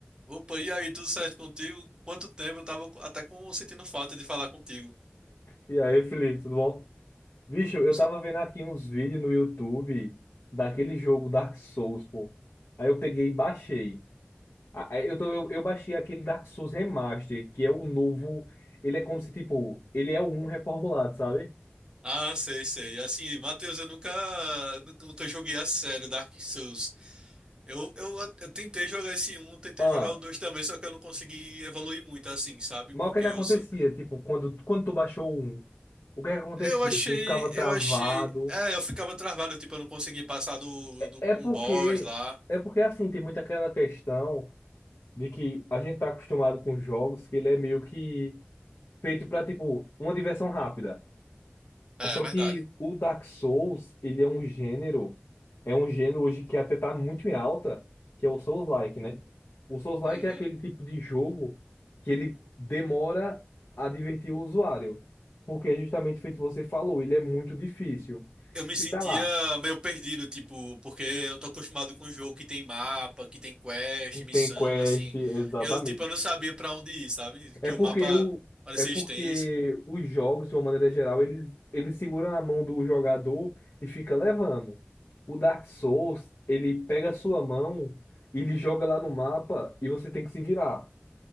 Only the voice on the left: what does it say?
E aí, Felipe, tudo bom? Bicho, eu
tava vendo aqui uns vídeos no YouTube daquele jogo Dark Souls, pô. Aí eu peguei e baixei. Ah, aí Eu, tô, eu, eu baixei aquele Dark Souls Remaster, que é o novo. Ele é como se, tipo, ele é o 1 reformulado, sabe?
Ah,
mas
o que é que
acontecia?
Tipo, quando, quando tu baixou o 1, o que é que acontecia?
Tu ficava
travado.
É
é porque,
é porque assim, tem muito aquela questão de que a gente tá acostumado com jogos que ele é meio que. feito pra, tipo, uma diversão rápida.
É Só
que o Dark Souls, ele é um gênero, é um gênero hoje que até tá muito em alta, que é o Souls-like, né? O Souls-like
é aquele tipo de jogo que ele demora a divertir o usuário, porque é justamente feito o que você falou, ele é muito difícil.
Se tá lá,
que
tem quest,
exatamente,
É
porque
o,
é porque
os jogos, de uma maneira geral, ele, ele segura na mão do jogador e fica levando. O Dark Souls, ele pega a sua mão, ele joga lá no mapa e você tem que se virar.